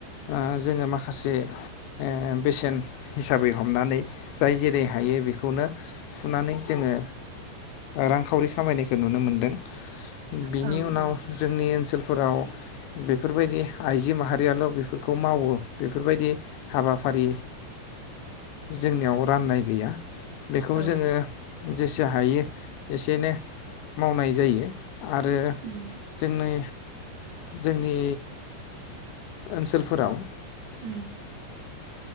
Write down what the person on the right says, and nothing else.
औ
औ
औ
उम
उम